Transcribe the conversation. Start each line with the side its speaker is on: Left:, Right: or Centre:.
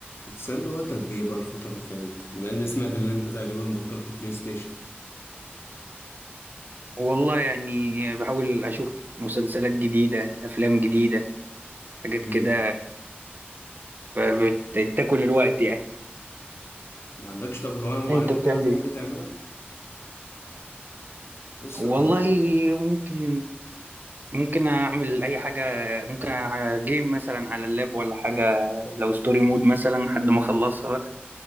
Left: بتسلي وقتك بإيه بقى الفترة اللي فاتت بما إني سمعت إن أنت تقريبا بطلت بلاي ستيشن
Right: والله يعني بحاول أشوف مسلسلات جديدة أفلام جديدة حاجات
Left: مم.
Right: كده بت- بتاكل الوقت يعني
Left: ما عندكش طب هواية معينة
Right: أنت بتعمل
Left: كده بتحب
Right: إيه؟
Left: تعملها بص
Right: والله
Left: أنا
Right: ممكن ممكن أعمل أي حاجة ممكن أ- جيم مثلا على اللاب ولا حاجة لو ستوري مود مثلا لحد ما أخلصها بقى